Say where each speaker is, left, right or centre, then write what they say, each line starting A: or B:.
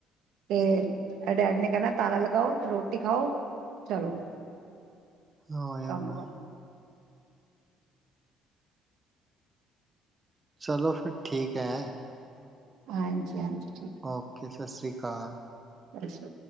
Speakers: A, on the right; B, on the right.
A: ਤੇ ਇਹਦੇ ਡੈਡੀ ਨੇ ਕਹਿਣਾ ਤਾਲਾ ਲਗਾਓ ਤੇ ਰੋਟੀ ਖਾਓ ਚਲੋ।
B: ਹਾਂ ਆਇਆ
A: ਕੰਮ
B: ਮੈਂ।
A: ਕਰੋ
B: ਚਲੋ ਫਿਰ ਠੀਕ ਐ।
A: ਹਾਂਜੀ ਹਾਂਜੀ ਠੀਕ
B: ਓਕ ਸਸਰੀਕਾਲ।
A: ਅੱਛਾ।